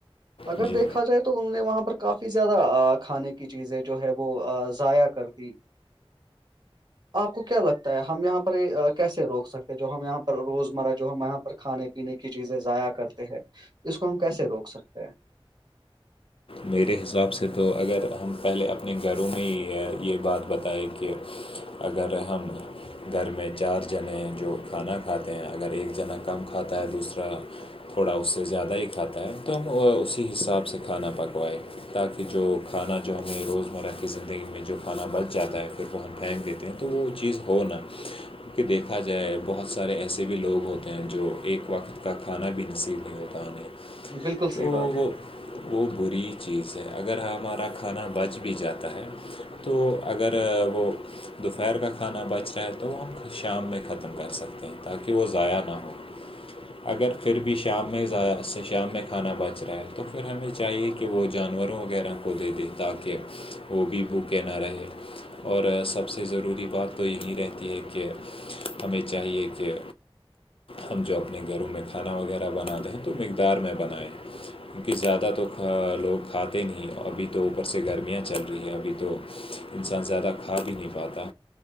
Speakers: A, on the right; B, on the left.
A: اگر
B: جی
A: دیکھا جائے تو انہوں نے وہاں پر کافی زیادہ ا کھانے کی چیزیں جو ہے وہ ضائع کر دی آپ کو کیا لگتا ہے ہم یہاں پر کیسے روک سکتے ہیں جو ہم یہاں پر روزمرہ جو ہم یہاں پر کھانے پینے کی چیزیں ضائع کرتے ہیں اس کو ہم کیسے روک سکتے ہیں
B: میرے حساب سے تو اگر ہم پہلے اپنے گھروں میں یہ یہ بات بتائے کہ اگر ہم گھر میں چار جانے ہیں جو کھانا کھاتے ہیں اگر ایک جنا کم کھاتا ہے دوسرا تھوڑا اس سے زیادہ ہی کھاتا ہے تو ہم اسی حساب سے کھانا پکوائے تاکہ جو کھانا جو ہمیں روزمرہ کی زندگی میں جو کھانا بچ جاتا ہے پھر وہ ہم پھینک دیتے ہیں تو وہ چیز ہو نا کہ دیکھا جائے بہت سارے ایسے بھی لوگ ہوتے ہیں جو ایک وقت کا کھانا بھی نصیب نہیں ہوتا انہیں
A: بالکل
B: تو
A: صحیح بات
B: وہ
A: ہے
B: وہ بری چیز ہے اگر ہمارا کھانا بچ بھی جاتا ہے تو اگر وہ دوپہر کا کھانا بچ رہا ہے تو شام میں ختم کر سکتے ہیں تاکہ وہ ضائع نہ ہو اگر پھر بھی شام میں ضایع سے شام میں کھانا بچ رہا ہے تو پھر ہمیں چاہیے کہ وہ جانوروں وغیرہ کو دے دے تاکہ وہ بھی بھوکے نہ رہے اور سب سے ضروری بات تو یہی رہتی ہے کہ ہمیں چاہیے کہ ہم جو اپنے گھروں میں کھانا وغیرہ بناتے ہیں تو مقدار میں بنائیں کیونکہ زیادہ تو کھا لوگ کھاتے نہیں ابھی تو اوپر سے گرمیاں چل رہی ہیں ابھی تو انسان زیادہ کھا بھی نہیں پاتا